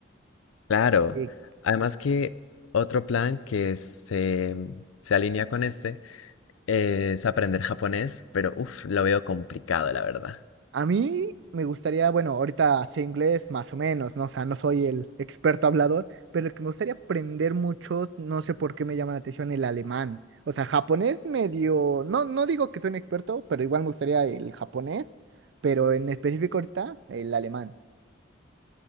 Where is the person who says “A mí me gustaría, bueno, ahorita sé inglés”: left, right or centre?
Right